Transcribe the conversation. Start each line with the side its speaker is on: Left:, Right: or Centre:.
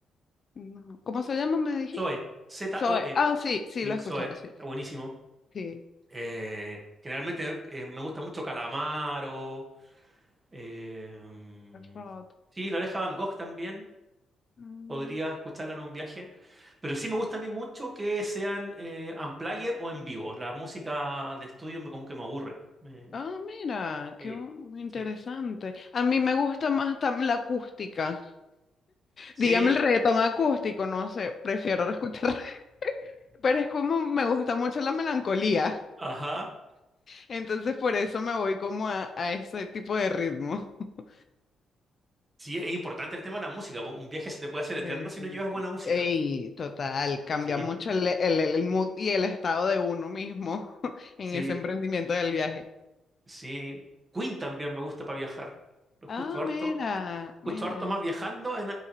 Left: No. ¿Cómo se llama, me dijiste?
Right: Zoe, Z-O-E.
Left: Soy, ah, sí, sí,
Right: Sí,
Left: lo he
Right: Zoe,
Left: escuchado, sí.
Right: está buenísimo.
Left: Sí.
Right: Eh, generalmente eh, me gusta mucho Calamaro. eh,
Left: Rod.
Right: sí, La Oreja de Van Gogh también.
Left: Mm.
Right: Podría escucharla en un viaje. Pero sí me gusta a mí mucho que sean eh, unplugged o en vivo. La música de estudio me como que me aburre. Me-
Left: Ah, mira,
Right: sí,
Left: qué bu- interesante.
Right: sí.
Left: A mí me gusta más tam- la acústica.
Right: Sí,
Left: Dígame el reggaetón acústico, no sé, prefiero escuchar, <laughs> pero es como me gusta mucho la melancolía.
Right: ajá.
Left: Entonces por eso me voy como a, a ese tipo de ritmo. <laughs>
Right: Sí, es importante el tema de la música. Un viaje se te puede hacer eterno
Left: Eh,
Right: si no llevas buena música.
Left: Ey, total, cambia
Right: Sí,
Left: mucho el, el, el mood y el estado de uno mismo en
Right: sí,
Left: ese emprendimiento del viaje.
Right: sí. Queen también me gusta para viajar. Lo escucho
Left: Ah,
Right: harto.
Left: mira,
Right: escucho
Left: mira.
Right: harto más viajando, en,